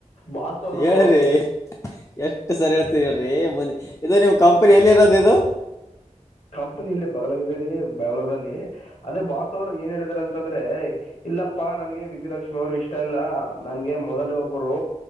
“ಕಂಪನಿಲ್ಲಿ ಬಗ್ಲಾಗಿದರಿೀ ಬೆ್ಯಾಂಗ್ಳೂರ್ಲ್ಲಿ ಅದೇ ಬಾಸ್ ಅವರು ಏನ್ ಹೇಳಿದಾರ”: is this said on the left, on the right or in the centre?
Left